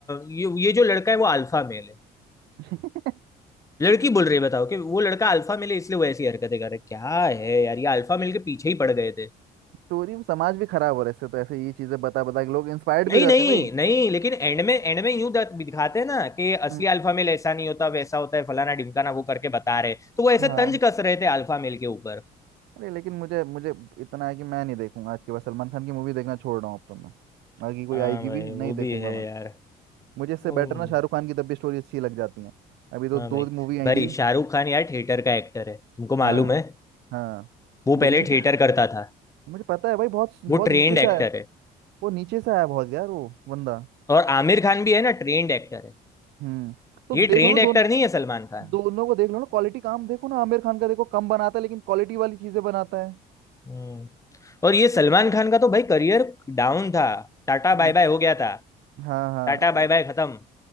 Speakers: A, on the left; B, on the right.
A: ये ये जो लड़का है वो अल्फा मेल है
B: <laughs>
A: लड़की बोल रही है बताओ कि वो लड़का अल्फा मेल है इसलिए वो ऐसी हरकतें कर रहा है क्या है यार ये अल्फा मेल के पीछे ही पड़ गए
B: स्टोरी समाज भी खराब हो रहा है इससे तो ऐसे ये चीजें बता बता के लोग इंस्पायर्ड
A: नहीं
B: भी हो जाते
A: नहीं
B: हैं भाई
A: नहीं लेकिन एंड में एंड में यूं दत- दिखाते हैं ना कि असली
B: हम्म,
A: अल्फा मेल ऐसा नहीं होता वैसा होता है फलाना ढिमकाना वो करके बता रहे तो वो ऐसे
B: हाँ
A: तंज कस रहे थे अल्फा मेल के ऊपर
B: अरे लेकिन मुझे मुझे इतना है कि मैं नहीं देखूंगा आज के बाद सलमान खान की मूवी देखना छोड़ रहा हूँ अब तो मैं आगे कोई
A: हाँ
B: आएगी
A: भाई
B: भी नहीं
A: वो
B: देखूंगा
A: भी है
B: मैं
A: यार
B: मुझे इससे
A: हम्म,
B: बेटर ना शाहरुख खान की तब भी स्टोरी अच्छी लग जाती है अभी तो
A: हाँ
B: दो
A: भाई
B: मूवी आई
A: भाई
B: थी
A: शाहरुख खान यार थिएटर का एक्टर है तुमको मालूम
B: हाँ
A: है
B: हाँ
A: वो पहले
B: दिल्ली
A: थिएटर
B: से
A: करता था
B: मुझे पता है भाई बहुत बहुत
A: वो ट्रेंड
B: नीचे से
A: एक्टर
B: आया
A: है
B: वो नीचे से आया बहुत यार वो बंदा
A: और आमिर खान भी है ना ट्रेंड एक्टर है
B: हम्म तो
A: ये
B: देख
A: ट्रेंड
B: लो ना दोनों
A: एक्टर नहीं है सलमान खान
B: दोनों को देख लो ना क्वालिटी काम देखो ना आमिर खान का देखो कम बनाता है लेकिन क्वालिटी वाली चीजें बनाता है
A: हम्म और ये सलमान खान का तो भाई करियर डाउन था टाटा
B: हम्म,
A: बाय बाय हो गया था
B: हाँ हाँ
A: टाटा बाय
B: अरे
A: बाय खत्म